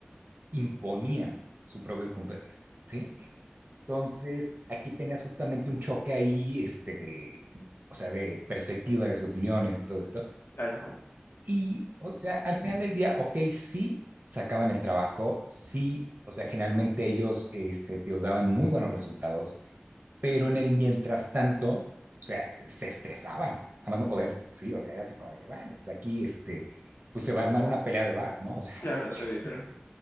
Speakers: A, on the right; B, on the left.
A: imponían su propio punto de vista, ¿sí? Entonces, aquí tenías justamente un choque ahí, este, de, o sea, de perspectivas y opiniones y todo esto.
B: Claro,
A: Y, o sea, al final del día, ok, sí sacaban el trabajo, sí, o sea, generalmente ellos, este, te daban muy buenos resultados, pero en el mientras tanto, o sea, se estresaban, jamás no poder, sí, o sea, era así como de que, bueno, pues aquí, este, pues se va a armar una pelea de bar, ¿no? <laughs> O sea,
B: claro,
A: este,
B: soy editor